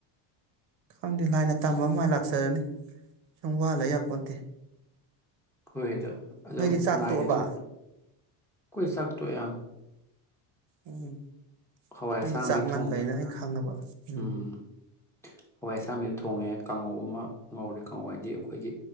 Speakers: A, on the right (about 65°); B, in the centre.
A: ꯈꯪꯗꯦ ꯂꯥꯏꯅ ꯇꯝꯕ ꯑꯃ ꯃꯥꯏꯅ ꯂꯥꯛꯆꯔꯅꯤ ꯁꯨꯝ ꯋꯥ ꯂꯩ ꯌꯥꯄꯣꯟꯇ‌ꯦ
B: ꯍꯣꯏ ꯑꯗꯨ ꯑꯗꯨꯝ
A: ꯅꯣꯏꯗꯤ ꯆꯥꯛ
B: ꯂꯥꯏꯅꯁꯨ
A: ꯇꯣꯛꯑꯕ
B: ꯑꯩꯈꯣꯏ ꯆꯥꯛꯇꯣꯛꯌ‌ꯦ
A: ꯎꯝ
B: ꯍꯋꯥꯏ
A: ꯅꯪꯗꯤ
B: ꯑꯁꯥꯡꯕꯤ
A: ꯆꯥꯛ ꯉꯟꯕꯅꯤꯅ
B: ꯊꯣꯡꯉꯦ
A: ꯑꯩꯅ ꯈꯪꯉꯕ ꯎꯝ
B: ꯎꯝ ꯍꯋꯥꯏ ꯑꯁꯥꯡꯕꯤ ꯑꯃ ꯊꯣꯡꯉꯦ ꯀꯥꯡꯉꯧ ꯑꯃ ꯉꯧꯔꯦ ꯀꯥꯡꯉꯧ ꯍꯥꯏꯗꯤ ꯑꯩꯈꯣꯏꯒꯤ